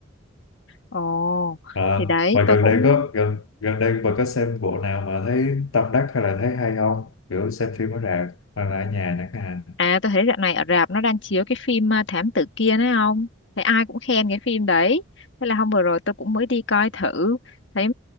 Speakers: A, on the left; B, on the left.
A: ồ
B: À,
A: thì đấy
B: mà
A: tôi
B: gần
A: cũng
B: đây có gần gần đây bà có xem bộ nào mà thấy tâm đắc hay là thấy hay không? Kiểu xem phim ở rạp hoặc là ở nhà chẳng hạn.
A: À tôi thấy dạo này ở rạp nó đang chiếu cái phim à, Thám tử kia đấy không? Thấy ai cũng khen cái phim đấy. Thế là hôm vừa rồi tôi cũng mới đi coi thử. Thấy